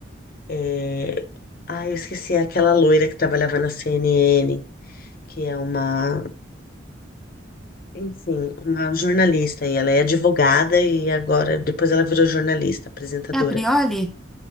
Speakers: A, on the left; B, in the centre.
A: é, Ai, eu esqueci, é aquela loira que trabalhava na CNN, que é uma enfim, uma jornalista e ela é advogada e agora, depois ela virou jornalista, apresentadora.
B: É a Prioli?